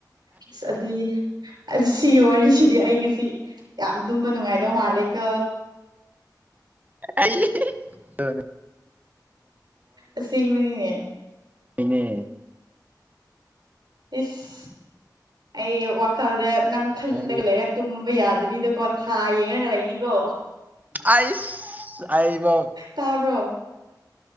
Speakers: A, on the right; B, on the right.
A: ꯏꯁ ꯑꯗꯨꯏ ꯑ ꯁꯤꯒꯤ ꯋꯥꯔꯤꯁꯤꯗꯤ ꯑꯩ ꯉꯁꯤ ꯌꯥꯝ ꯇꯨꯝꯕ ꯅꯨꯡꯉꯥꯏꯗꯧ ꯃꯥꯜꯂꯦꯀꯣ
B: ꯑꯥꯏ ꯏꯍꯍꯤ ꯗꯨꯅꯦ
A: ꯑꯁꯦꯡꯕꯅꯤꯅꯦ
B: ꯍꯨꯏꯅꯦ
A: ꯏꯁ ꯑꯩ ꯋꯥꯈꯜꯗ ꯅꯪ ꯈꯜꯂꯒ
B: ꯅꯪꯗꯤ
A: ꯂꯩꯔ ꯇꯨꯝꯕ ꯌꯥꯗꯕꯤꯗꯀꯣ ꯊꯥ ꯌꯦꯡꯉꯒ ꯂꯩꯅꯤꯀꯣ ꯑꯣꯑꯣ
B: ꯑꯥꯏꯁ ꯑꯩꯕꯥꯎ
A: ꯇꯥꯕ꯭ꯔꯣ